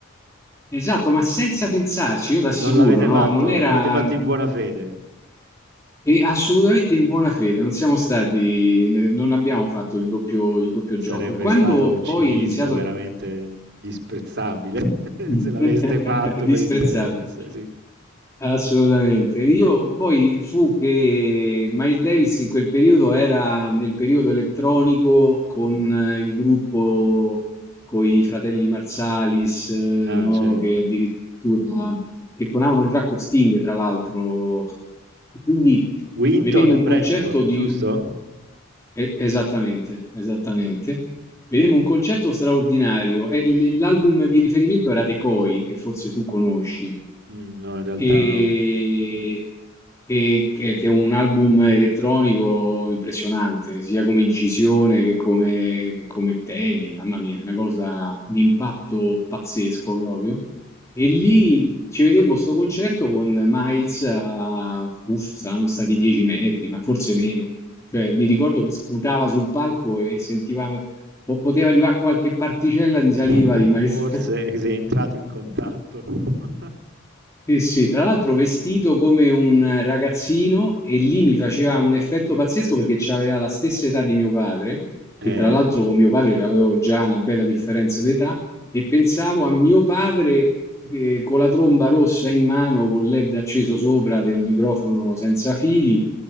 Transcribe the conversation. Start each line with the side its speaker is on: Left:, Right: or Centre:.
Left: Esatto, ma senza pensarci, io t'assicuro,
Right: Non l'avete
Left: no,
Right: fatto,
Left: non era
Right: l'avete fatto in buona fede.
Left: e assolutamente in buona fede, non siamo stati, eh, non abbiamo fatto il doppio, il doppio
Right: Sarebbe
Left: gioco. E quando
Right: stato un
Left: poi
Right: cinismo
Left: è iniziato
Right: veramente
Left: il
Right: disprezzabile <laughs>
Left: <laughs>
Right: se l'aveste fatto per
Left: disprezzabile,
Right: interesse, sì.
Left: Assolutamente. Io poi fu che Miles Davis in quel periodo era nel periodo elettronico con
Right: Mhm.
Left: eh, il gruppo con i fratelli Marsalis, eh,
Right: Ah,
Left: no?
Right: certo.
Left: Che addirittura che suonavano già con Sting, tra l'altro. E Quindi
Right: Winton
Left: vedemmo
Right: e
Left: un
Right: Brentford,
Left: concerto di
Right: giusto?
Left: un- eh, Esattamente, esattamente. Vedemmo un concerto straordinario. e l- L'album di riferimento era Decoy, che forse tu conosci
Right: Mm, no, in realtà
Left: e,
Right: no.
Left: e che, che è un album elettronico impressionante, sia come incisione che come, che come temi, mamma mia, una cosa di impatto pazzesco proprio. E lì ci vedemmo sto concerto con Miles a, uff, saranno stati 10 metri, ma forse meno. Cioè, mi ricordo che sputava sul palco e sentiva, o poteva arrivare qualche particella di
Right: <laughs>
Left: saliva
Right: Mh-mh.
Left: di Miles.
Right: Forse
Left: <laughs>
Right: sei entrato in contatto. <laughs>
Left: Sì, sì, tra l'altro vestito come un ragazzino e lì mi faceva un effetto pazzesco perché aveva la stessa età di mio padre,
Right: Eh,
Left: che tra l'altro con mio padre avevo già una bella differenza d'età, e pensavo a mio padre eh, con la tromba rossa in mano, con LED acceso sopra del microfono senza fili,